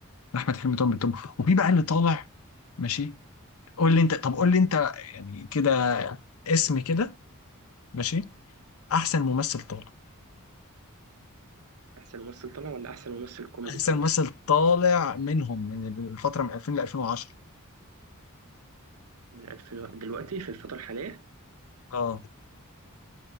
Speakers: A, on the left; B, on the right.
A: احمد حلمي طبعا بالطب وفي بقى اللي طالع ماشي قول لي انت طب قول لي انت يعني كده اسم كده ماشي احسن ممثل طالع
B: أحسن ممثل طالع ولا أحسن ممثل كوميدي
A: احسن
B: طالع
A: ممثل طالع منهم من الفتره من 2000 ل 2010
B: من 2001 دلوقتي في الفترة الحالية
A: اه